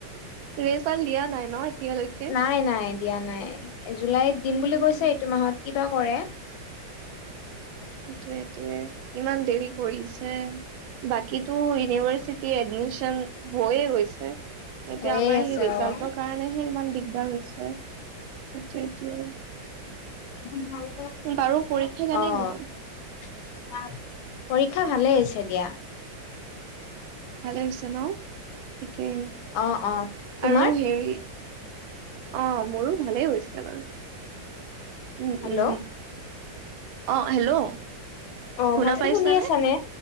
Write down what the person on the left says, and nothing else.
নাই নাই দিয়া নাই জুলাইত দিম বুলি
কৈছে এইটো মাহত কিবা কৰে।
হৈয়ে
আছে
অ',
<unintelligible>
অ'।
পৰীক্ষা ভালে হৈছে দিয়া।
অ', অ', তোমাৰ
হেল্ল'
অ',
অ',
ভালকে
শুনি আছা নে?